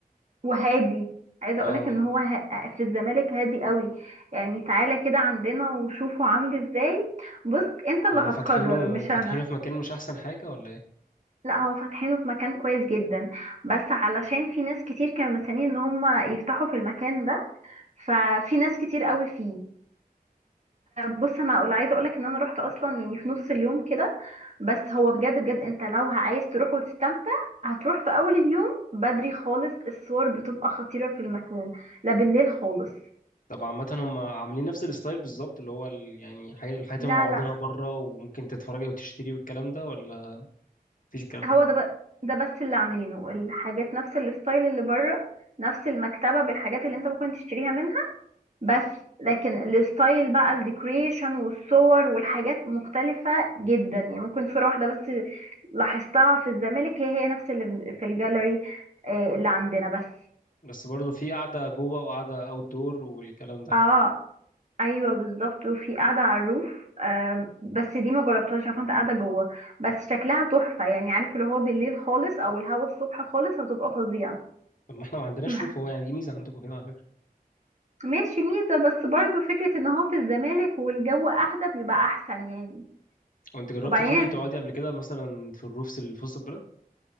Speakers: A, on the right; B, on the left.
A: وهادي عايزه
B: اه
A: اقولك ان هو ه- في الزمالك هادي قوي يعني تعالى كده عندنا وشوفه عامل ازاي بص انت اللي
B: هما
A: هتقرر
B: فاتحينه
A: مش
B: فاتحينه
A: انا
B: في مكان مش احسن حاجة ولا ايه
A: لا هو فاتحينه في مكان كويس جدا بس علشان في ناس كتير كانوا مستنيين ان هم يفتحوا في المكان ده ففي ناس كتير قوي فيه بص انا اقول عايزه اقولك ان انا رحت اصلا يعني في نص اليوم كده بس هو بجد بجد انت لو عايز تروح وتستمتع هتروح في اول اليوم بدري خالص الصور بتبقى خطيره في المكان لا بالليل خالص
B: طب عامة هما عاملين نفس الستايل بالظبط اللي هو ال... يعني الحاجات الحاجات
A: لا
B: اللي هما عارضينها
A: لا
B: بره وممكن تتفرجي وتشتري والكلام ده ولا مفيش الكلام
A: هو
B: ده
A: ده بقى ده بس اللي عاملينه الحاجات نفس الستايل اللي بره نفس المكتبة بالحاجات اللي انت ممكن تشتريها منها بس لكن الستايل بقى الديكوريشن والصور والحاجات مختلفة جدا يعني ممكن صورة واحدة بس لاحظتها في الزمالك هي هي نفس اللي في الجاليري آه، اللي عندنا بس
B: بس برضه في قعدة جوه وقعدة اوت دور والكلام ده
A: اه ايوه بالظبط وفي قاعدة على الروف آم، بس دي ما جربتهاش انا كنت قاعدة جوه بس شكلها تحفة يعني عارف اللي هو بالليل خالص او الهوا الصبح خالص هتبقى فظيعة
B: طب ما احنا ما عندناش
A: مح-
B: روف هو يعني دي ميزة عندكم كده على فكرة.
A: ماشي ميزة بس برضو فكرة ان هو في الزمالك والجو اهدى بيبقى احسن يعني
B: وانت جربتي
A: وبعدين
B: تروحي تقعدي قبل كده مثلا في الروفس اللي في وسط البلد